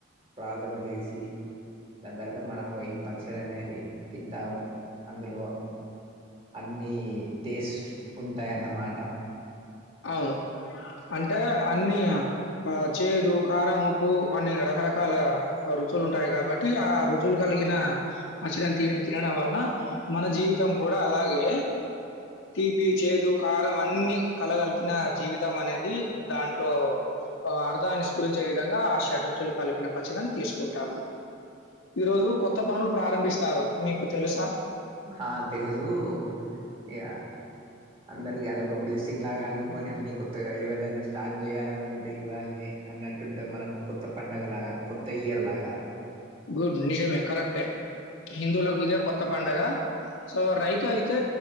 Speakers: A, on the right; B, on the left.
A: ప్రార్థన చేసి సి దాని తర్వాత మనము ఈ పచ్చడి అనేది తింటాము అందులో అన్నీ టేస్ట్ ఉంటాయ్ అనమాట
B: అవును అంటే అన్ని ఆ చేదు, కారం, ఉప్పు, అన్ని రకరకాల రుచులు ఉంటాయి. కాబట్టి ఆ రుచులు కలిగిన పచ్చడిని తి తినడం వలన మన జీవితం కూడా అలాగే తీపి, చేదు, కారం, అన్ని కలగలిపిన జీవితం అనేది దాంట్లో అర్థాన్ని స్ఫురించే విధంగా ఆ షట్రచులు కలిపిన పచ్చడిని తీసుకుంటాము. ఈరోజు కొత్త పనులు ప్రారంభిస్తారు మీకు తెలుసా
A: ఆ తెలుసు ఇగ అందరికి అదొక బ్లెస్సింగ్ లాగా అనుకోని అన్ని కొత్తగా ఏవదైనా స్టార్ట్ చేయాలని ఉంటే ఇవ్వాల్నే అన్నట్టుంటే మన కొత్త పండగ లాగా కొత్ త ఇయర్ లాగా
B: గుడ్ నిజమే కరెక్టే హిందువులకు ఇదే కొత్త పండగ సో రైతు అయితే